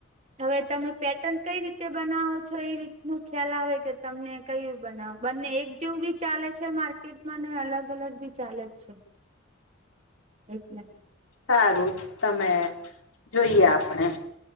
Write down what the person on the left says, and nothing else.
સારું તમે જોઈએ આપણે.